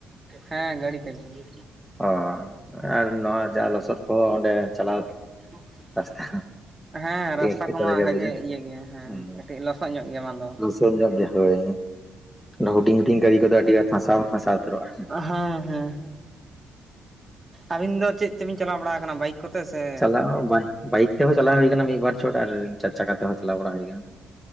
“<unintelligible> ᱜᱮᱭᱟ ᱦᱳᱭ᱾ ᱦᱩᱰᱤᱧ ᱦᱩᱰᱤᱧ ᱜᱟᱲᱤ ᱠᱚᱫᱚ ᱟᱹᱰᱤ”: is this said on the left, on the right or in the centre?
Centre